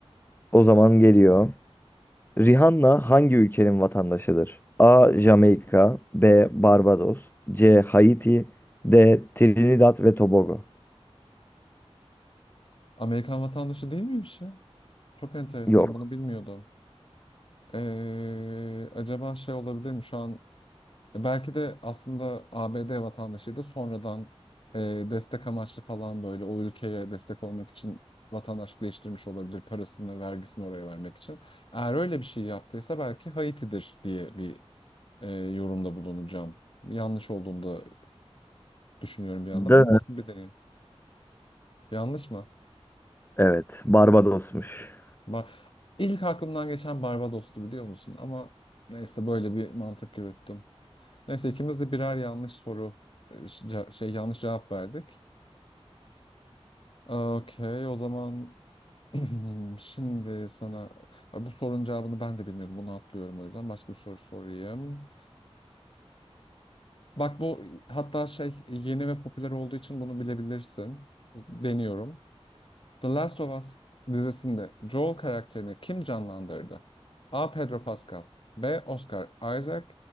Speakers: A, on the left; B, on the left.
A: O zaman geliyor. Rihanna hangi ülkenin vatandaşıdır? A. Jamaika B. Barbados C. Haiti D. Trinidad ve Tobago
B: <laughs> Amerikan vatandaşı değil miymiş ya? Çok enteresan,
A: Yok.
B: bunu bilmiyordum. Ee, acaba şey olabilir mi şu an? e, Belki de aslında ABD vatandaşıydı. Sonradan e, destek amaçlı falan böyle o ülkeye destek olmak için vatandaşlık değiştirmiş olabilir. Parasını, vergisini oraya vermek için. Eğer öyle bir şey yaptıysa belki Haiti'dir diye bir e, yorumda bulunacağım. Yanlış olduğunu da düşünüyorum bir yandan
A: D.
B: ama olsun bir deneyim. Yanlış mı?
A: Evet, Barbados'muş.
B: Ba- İlk aklımdan geçen Barbados'tu biliyor musun? Ama neyse böyle bir mantık yürüttüm. Neyse ikimiz de birer yanlış soru e, ce- şey yanlış cevap verdik. Okey o zaman <clears throat> şimdi sana bu sorunun cevabını ben de bilmiyorum. Bunu atlıyorum o yüzden başka bir soru sorayım. Bak bu hatta şey yeni ve popüler olduğu için bunu bilebilirsin. Deniyorum. The Last of Us dizisinde Joel karakterini kim canlandırdı? A. Pedro Pascal B. Oscar Isaac